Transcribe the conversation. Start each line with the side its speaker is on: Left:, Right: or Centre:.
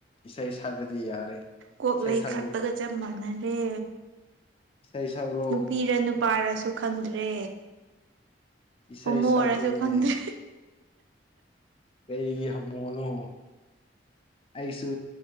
Left: ꯏꯁꯩ ꯁꯛꯈ꯭ꯔꯗꯤ ꯌꯥꯔꯦ
Right: ꯀꯣꯛ
Left: ꯏꯁꯩ
Right: ꯂꯩꯩ
Left: ꯁꯛꯔꯣ
Right: ꯈꯠꯄꯒ ꯆꯞ ꯃꯥꯟꯅꯔꯦ
Left: ꯏꯁꯥꯏ ꯁꯒ꯭ꯔ
Right: ꯅꯨꯄꯤꯔ ꯅꯨꯄꯥꯔꯁꯨ ꯈꯪꯗ꯭ꯔꯦ
Left: ꯏꯁꯩ
Right: ꯍꯣꯃꯣꯔꯁꯨ
Left: ꯁꯛꯔꯣꯅꯦ
Right: ꯈꯪꯗ꯭ꯔꯦ
Left: ꯀꯩꯒꯤ ꯍꯝꯃꯣꯅꯣ ꯑꯩꯁꯨ